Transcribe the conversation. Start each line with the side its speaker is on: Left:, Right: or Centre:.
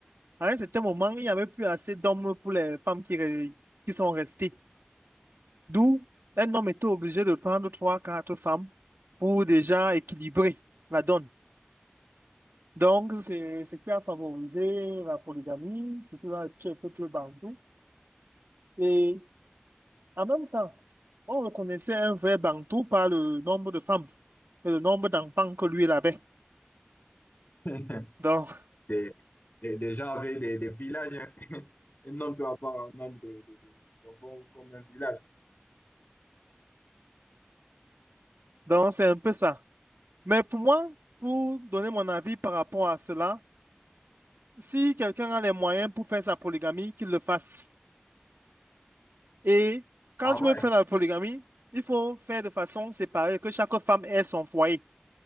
Right: À un certain moment, il n'y avait plus assez d'hommes pour les femmes qui, re- qui sont restées. D'où, un homme était obligé de prendre trois, quatre femmes pour déjà équilibrer la donne. Donc, c'est ce qui a favorisé la polygamie, surtout dans les peuples bantou. Et en même temps, On reconnaissait un vrai Bantou par le nombre de femmes et le nombre d'enfants que lui il avait.
Left: <laughs>
Right: Donc,
Left: Des, des, des gens avec des, des villages, hein. <laughs> Un homme peut avoir un nombre de, de- de- d'enfants comme un village.
Right: donc c'est un peu ça. Mais pour moi, pour donner mon avis par rapport à cela, si quelqu'un a les moyens pour faire sa polygamie, qu'il le fasse. Et quand
Left: Ah
Right: tu
Left: ouais,
Right: veux faire la polygamie, il faut faire de façon séparée, que chaque femme ait son foyer.